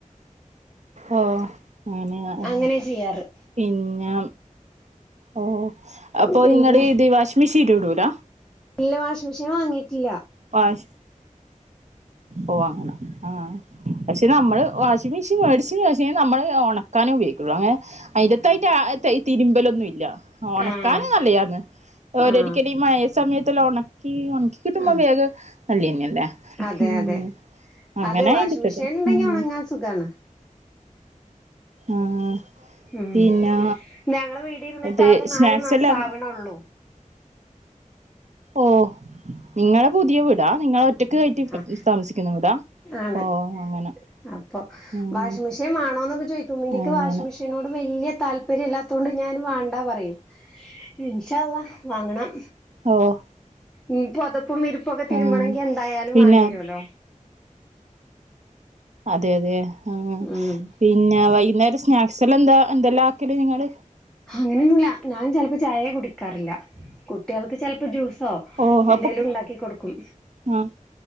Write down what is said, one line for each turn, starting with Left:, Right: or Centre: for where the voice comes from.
Right: ഓ അങ്ങനെ ആ
Centre: അങ്ങനെ ചെയ്യാറ്
Right: പിന്നെ ഓ അപ്പോ
Centre: പിന്നെ
Right: നിങ്ങൾ ഇത് വാഷിംഗ് മിഷീനിലിടൂല?
Centre: ഇല്ല വാഷിംഗ് മെഷീൻ വാങ്ങിയിട്ടില്ല
Right: വാഷ് ഓ അങ്ങനെ ആഹ് പക്ഷെ നമ്മൾ വാഷിംഗ് മിഷീൻ വെടിച്ച്ണ് പക്ഷേ നമ്മൾ ഉണക്കാനെ ഉയോഗിക്കുള്ളൂ അങ്ങനെ അയിന്റെ ത തിരുമ്പലൊന്നും ഇല്ല ഉണക്കാന്
Centre: ആഹ്
Right: നല്ല യാണത് ഓരരിക്കടി
Centre: ആഹ്
Right: ഈ മഴ സമയത്ത് ഉണക്കി ഉണക്കി കിട്ടുമ്പോ
Centre: ആഹ്
Right: വേഗം നല്ലന്നെയല്ലേ
Centre: അതെ
Right: ഉം
Centre: അതെ
Right: അങ്ങനെ
Centre: അത് വാഷിംഗ്
Right: ഇരിക്കട്ടെ
Centre: മെഷീൻ ഉണ്ടെങ്കിൽ
Right: ഉം
Centre: ഉണങ്ങാൻ സുഖമാണ്
Right: ആഹ്
Centre: ഉം
Right: പിന്നെ
Centre: ഞങ്ങള് വീട് ഇരുന്നിട്ട്
Right: ഇത്
Centre: ആകെ
Right: സ്നാക്സ്
Centre: നാല് മാസം
Right: എല്ലാം
Centre: ആവണള്ളൂ
Right: ഓ നിങ്ങളെ പുതിയ വീടാ നിങ്ങളെ ഒറ്റക്ക് കയറ്റി
Centre: ആഹ്
Right: താമസിക്കുന്ന വീടാ
Centre: ആണ്
Right: ഓ അങ്ങനെ
Centre: അപ്പൊ
Right: ഉം
Centre: വാഷിങ് മിഷീൻ വേണോന്നൊക്കെ ചോയ്ക്കും ഇനിക്ക്
Right: അങ്ങനെ
Centre: വാഷിങ് മിഷീ നോട് വലിയ താല്പര്യം ഇല്ലാത്തോണ്ട് ഞാൻ വാണ്ടാന്ന് പറയും ഇൻഷാ അള്ളാ വാങ്ങണം
Right: ഓഹ്
Centre: മം പൊതുപ്പും വിരിപ്പൊക്കെ തിരുമ്പണങ്കി
Right: ആഹ്
Centre: എന്തായാലും
Right: പിന്നെ
Centre: വേണ്ടരുല്ലോ
Right: അതെ അതെ. ആ
Centre: ഉം
Right: പിന്ന വൈന്നേരം സ്നാക്സ് എല്ലാ എന്താ എന്തെല്ലാ ആക്കല് നിങ്ങള്?
Centre: അങ്ങനെന്നുല്ല ഞാൻ ചെലപ്പോ ചായയെ കുടിക്കാറില്ല. കുട്ടികൾക്ക് ചെലപ്പോ ജ്യൂസോ
Right: ഓഹ്
Centre: എന്തേലും
Right: അപ്പൊ
Centre: ണ്ടാക്കി കൊടുക്കും.
Right: ആഹ്